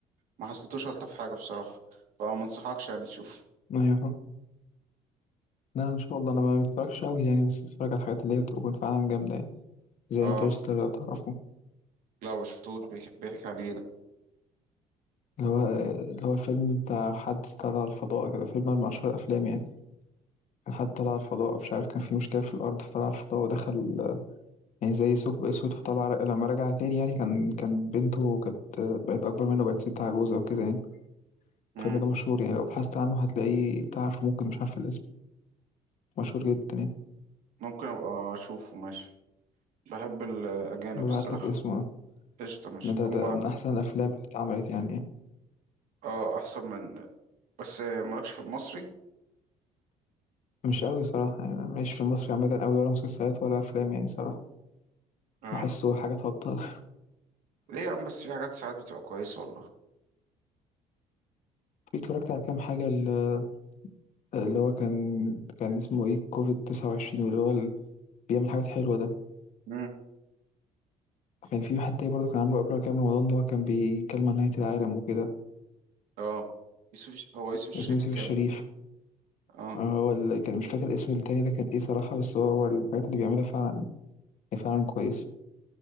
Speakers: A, on the right (about 75°); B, on the left (about 60°).
A: ما حسيتوش الطف حاجة بصراحة فما انصحكش يعني تشوف
B: ايوه فاهم. لا ان شاء الله انا ما بتفرجش قوي يعني بس بتفرج على الحاجات اللي هي بتكون فعلا جامدة يعني زي
A: اه
B: انترستيلر لو تعرفه
A: لا ما شفتوش بيك- بيحكي عن ايه
B: اللي هو اللي هو الفيلم بتاع حد طلع على الفضاء كده فيلم من اشهر الافلام يعني كان حد طلع على الفضاء مش عارف كان في مشكلة في الارض فطلع على الفضاء ودخل يعني زي ثقب اسود فطلع ر- لما رجع تاني يعني كان كان بنته كانت بقت اكبر منه بقت ست عجوزة وكده يعني
A: ده
B: الفيلم ده مشهور يعني لو بحثت عنه هتلاقيه تعرفه ممكن مش عارف الاسم مشهور جدا يعني
A: ممكن ابقى اشوفه ماشي بحب الاجانب
B: ببعت
A: الصراحه
B: لك اسمه
A: قشطه ماشي
B: ده, ده
A: هما
B: ده من احسن الافلام اللي اتعملت يعني
A: اه احسن من بس مالكش في المصري
B: مش قوي صراحه يعني انا ماليش في المصري عامه قوي ولا مسلسلات ولا افلام يعني صراحه
A: اه
B: بحسه حاجات هابطه
A: ليه يا عم بس في حاجات ساعات بتبقى كويس والله
B: <laughs> اتفرجت على كام حاجه ال- اللي هو كان كان اسمه ايه كوفيد 29 واللي هو ال- بيعمل حاجات حلوه ده
A: امم
B: كان في واحد تاني برضه كان عامله قبل كام رمضان اللي هو كان بيتكلم عن نهايه العالم وكده
A: اه يوسف الش- هو يوسف الشريف
B: كان اسمه يوسف
A: كامل
B: الشريف
A: اه
B: آه، هو ال- كان مش فاكر اسم التاني ده كان ايه صراحه بس هو هو الحاجات اللي بيعملها فعلا فعلا كويسه